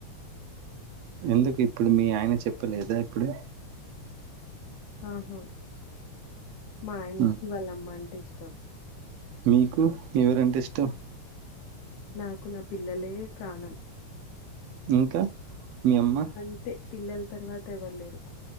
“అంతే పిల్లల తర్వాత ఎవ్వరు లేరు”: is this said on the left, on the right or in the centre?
Left